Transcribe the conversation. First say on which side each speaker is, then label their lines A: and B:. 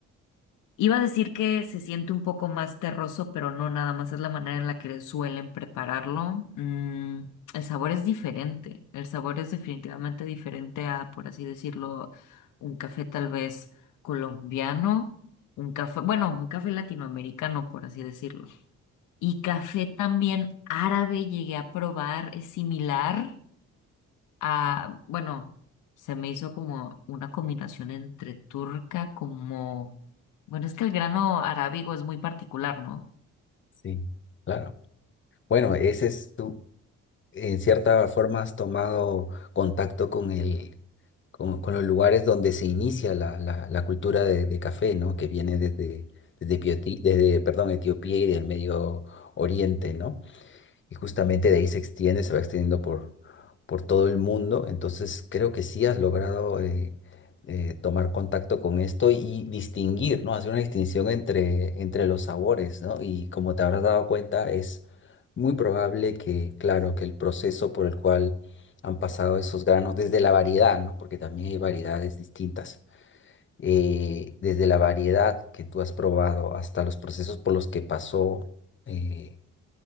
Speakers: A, on the left (about 80°); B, on the left (about 40°).
A: Iba a decir que se siente un poco más terroso, pero no, nada más es la manera en la que suelen prepararlo. Mm, el sabor es diferente. El sabor es definitivamente diferente a, por así decirlo, un café tal vez colombiano, un café, bueno, un café latinoamericano, por así decirlo. Y café también árabe llegué a probar, es similar, Ah, bueno, se me hizo como una combinación entre turca como... Bueno, es que el grano arábigo es muy particular, ¿no?
B: Sí, claro. Bueno, ese es tú, en cierta forma has tomado contacto con el, con, con los lugares donde se inicia la, la, la cultura de, de café, ¿no? Que viene desde, desde, Pioti- desde, perdón, Etiopía y del Medio Oriente, ¿no? y justamente de ahí se extiende, se va extendiendo por, por todo el mundo. Entonces creo que sí has logrado eh, eh, tomar contacto con esto y distinguir, ¿no? Hacer una distinción entre, entre los sabores, ¿no? Y como te habrás dado cuenta, es muy probable que, claro, que el proceso por el cual han pasado esos granos, desde la variedad, ¿no? Porque también hay variedades distintas. eh, desde la variedad que tú has probado hasta los procesos por los que pasó eh,